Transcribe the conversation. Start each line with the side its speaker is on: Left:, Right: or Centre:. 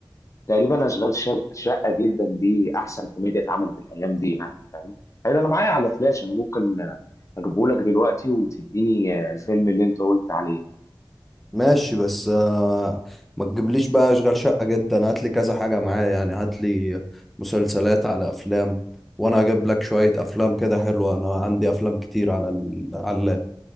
Left: تقريبا اشغال شق- شقه جدا دي احسن كوميديا اتعملت الايام دي يعني فاهم حلو انا معايا على فلاش انا ممكن آه، اجيبه لك دلوقتي وتديني آه، الفيلم اللي انت قلت عليه
Centre: ماشي بس آه، ما تجيبليش بقى اشغال شقة جدا هات لي كذا حاجة معايا يعني هات لي مسلسلات على افلام وانا اجيب لك شوية افلام كده حلوة انا عندي افلام كتير على ال... على اللاب